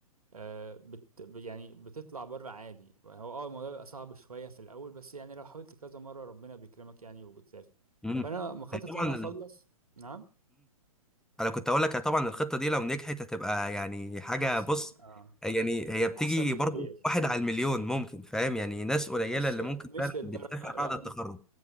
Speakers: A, on the right; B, in the centre.
A: آه، بت ب- يعني بتطلع بره عادي هو اه الموضوع بيبقى صعب شوية في الأول بس يعني لو حاولت كذا مرة ربنا بيكرمك يعني وبتسافر
B: امم
A: فأنا مخطط
B: طبعا
A: إن أنا أخلص نعم
B: انا كنت اقول لك طبعا الخطه دي لو نجحت هتبقى يعني حاجه
A: آه، أحسن
B: بص
A: آه
B: يعني هي بتيجي
A: أحسن بكتير
B: برضو واحد على المليون ممكن فاهم يعني ناس قليله
A: مش
B: اللي ممكن
A: مش
B: فعلا
A: للدرجة
B: بتسافر
A: لا
B: بعد التخرج